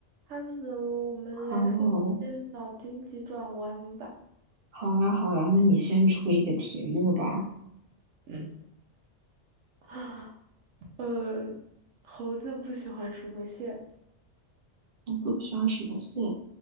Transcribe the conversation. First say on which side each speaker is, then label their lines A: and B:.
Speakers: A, on the right; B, on the right.
A: Hello，我们来说一些脑筋急转弯吧。
B: 哦，好呀，好呀，那你先出一个题目吧。
A: 嗯，<laughs> 呃，猴子不喜欢什么线？
B: 我都不喜欢什么线？